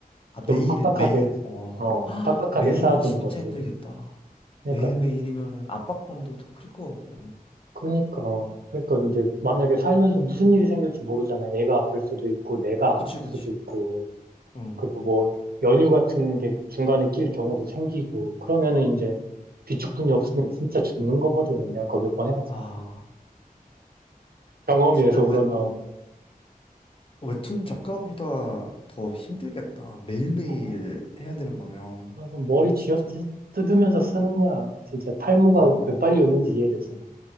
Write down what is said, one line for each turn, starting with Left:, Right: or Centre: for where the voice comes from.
Left: 아,
Right: 좀
Left: 매일
Right: 빡빡하게,
Left: 매일. 어.
Right: 어,
Left: <gasps>
Right: 빡빡하게
Left: 매일이면
Right: 쌓아두는
Left: 진짜
Right: 거지.
Left: 힘들겠다.
Right: 그러니까
Left: 매일매일이면은 압박감도 더 클 것 같고.
Right: 그러니까, 그러니까 이제 만약에 살면서 무슨 일이 생길지 모르잖아. 애가 아플 수도 있고, 내가
Left: 그치
Right: 아플
Left: 그치.
Right: 수도 있고,
Left: 어.
Right: 그리고 뭐 연휴 같은 게 중간에 낄 경우도 생기고, 그러면은 이제 비축분이 없으면 진짜 죽는 거거든. 내가 그거 몇 번 해봤잖아.
Left: 아,
Right: 경험에서
Left: 진짜
Right: 우러나오는.
Left: 웹 웹툰 작가보다 더 힘들겠다. 매일매일
Right: 아,
Left: 해야 되는 거면
Right: 그럼 머리 쥐어
Left: 진짜.
Right: 뜯- 뜯으면서 쓰는 거야. 진짜 탈모가
Left: 아,
Right: 왜 빨리 오는지 이해됐어. 나.